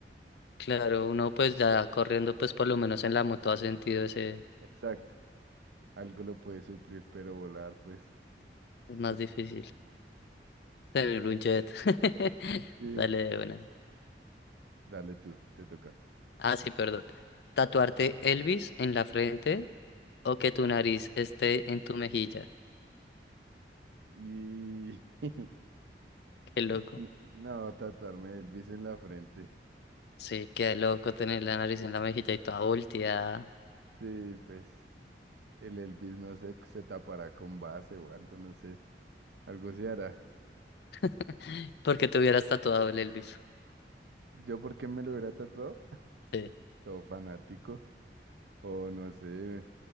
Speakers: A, on the left; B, on the right.
A: Claro, uno pues ya corriendo pues por lo menos en la moto ha sentido ese,
B: Exacto. Algo lo puede suplir, pero volar, pues.
A: es más
B: te to-
A: difícil. Tener
B: Sí.
A: un jet. <laughs>
B: sí,
A: Dale de una.
B: Dale tú, te toca.
A: Ah, sí, perdón. Tatuarte Elvis en la frente o que tu nariz esté en tu mejilla.
B: Y. <laughs>
A: Qué loco.
B: No, no, tatuarme Elvis en la frente.
A: Sí, qué loco tener la nariz en la mejilla y toda volteada.
B: Sí, pues. El Elvis, no sé, se tapará con base o algo, no sé. Algo se hará.
A: <laughs> Porque te hubieras tatuado el Elvis.
B: ¿Yo por qué me lo hubiera tatuado?
A: Sí.
B: O fanático. O no sé.